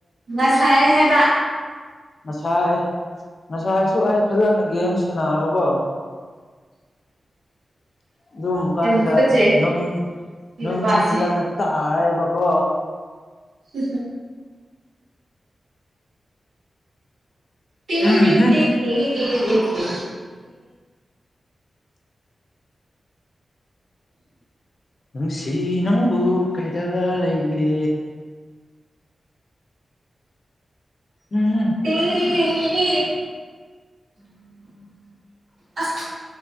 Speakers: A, on the right; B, on the left.
A: ꯉꯁꯥꯏ ꯍꯥꯏꯕ
B: ꯃꯁꯑ ꯉꯁꯥꯏ ꯍꯥꯏꯁꯨ ꯑꯩ ꯐꯖꯅ ꯒꯦꯝ ꯁꯥꯟꯅꯑꯕꯀꯣ
A: <inaudible>
B: ꯑꯗꯨ ꯀꯥꯟꯗ
A: ꯌꯥꯝ ꯇꯨꯀꯠꯆꯩ
B: ꯅ
A: ꯁꯤ
B: ꯅꯪꯁꯨ
A: ꯅꯨꯄꯥꯁꯦ
B: ꯐꯖꯥꯅ ꯇ ꯑꯥꯑꯕꯀꯣ
A: ꯁꯤ ꯇꯦꯦ
B: ꯎꯝꯍꯨꯝ
A: ꯇꯦ ꯇꯦ ꯇꯦ ꯇ
B: ꯅꯨꯡꯁꯤ ꯅꯪꯕꯨ ꯀꯩꯗ ꯂꯩꯒꯦ ꯎꯝ
A: ꯇꯔꯤ ꯑꯁ